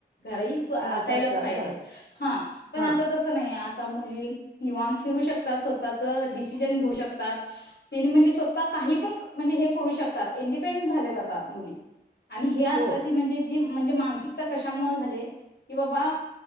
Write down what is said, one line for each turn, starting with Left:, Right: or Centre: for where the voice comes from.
Left: घर ह तू असायलाच
Right: हां, आत
Left: पाहिजेस
Right: घरात.
Left: हा पण
Right: हां,
Left: आता तसं नाही. मुली निवाण फिरू शकता स्वतःच डिसिजन घेऊ शकता तेनी म्हणजे स्वतः काही पण म्हणजे हे करू शकतात इंडिपेंडेंट झालेत आता मुली आणि हे आत्ताची
Right: हो.
Left: म्हणजे जी म्हणजे मानसिकता कशामुळे झाली की बाबा